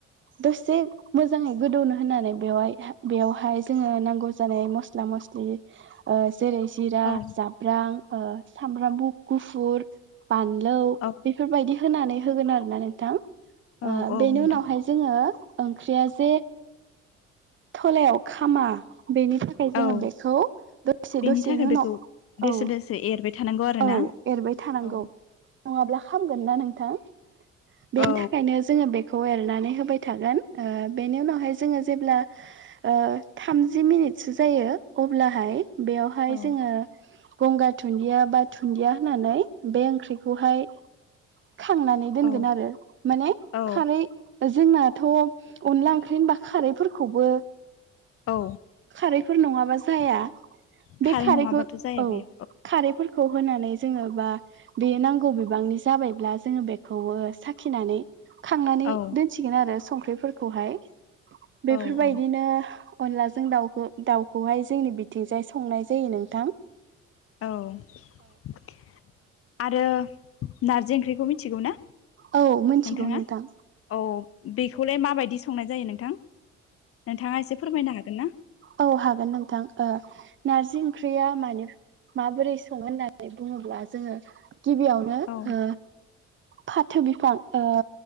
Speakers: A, on the right; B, on the left.
A: दसे मोजाङै गोदौनो होननानै बेवहाय बेवहाय जोङो नांगौ जानाय मस्ला मस्लि ओ जेरै जिरा
B: औ
A: जाब्रां ओ सामब्रामु गुफुर बानलु
B: औ
A: बेफोरबायदि होनानै होगोन आरो ना नोंथां
B: औ
A: ओ
B: औ
A: बेनि
B: नोंथां
A: उनावहाय जोङो ओंख्रिया जे थलायाव खामा बेनि थाखाय जोङो
B: औ
A: बेखौ दसे
B: बेनि
A: दसेनि
B: थाखाय बेखौ
A: उनाव
B: दोसो
A: औ
B: दोसो एरबाय थानांगौ आरो
A: औ
B: ना
A: एरबाय थानांगौ
B: औ
A: नङाब्ला खामगोन ना नोंथां बेनि
B: औ
A: थाखायनो जोङो बे खौ एरनानै होबाय थागोन ओ बेनि उनावहाय जोङो जेब्ला ओ थामजि मिनिटसो जायो अब्लाहाय बेयावहाय
B: औ
A: जोङो गंगार दुनन्दिया बा दुन्दिया होननानै बे ओंख्रिखौहाय खांनानै दोनगोन
B: औ
A: आरो माने
B: औ
A: खारै जोंनाथ' अनला ओंख्रि बा खारैफोरखौबो
B: औ
A: खारैफोर नङाबा जाया
B: खारै
A: बे खारैखौ
B: नङाबाथ' जाया
A: औ
B: बेयो
A: खारैफोर खौ होनानै जोङो बा बेयो नांगौ बिबांनि जाबायब्ला जोङो बेखौबो साखिनानै खांनानै
B: औ
A: दोनसिगोन आरो संख्रिफोरखौहाय। बेफोरबायदिनो
B: औ औ
A: अनलाजों दाउ दाउखौहाय जोंनि बिथिंजाय संनाय जायो नोंथां।
B: औ आरो नारजि ओंख्रिखौ मिथिगौ ना?
A: औ मिथिगौ
B: नोंथाङा
A: नोंथां
B: औ बेखौलाय माबायदि संनाय जायो नोंथां? नोंथाङा एसे फोरमायनो हागोन ना
A: औ हागोन नोंथां ओ नारजि ओंख्रिया मानि माबोरै सङो होननानै बुङोब्ला जोङो गिबियावनो
B: औ
A: ओ फाथो बिफां ओ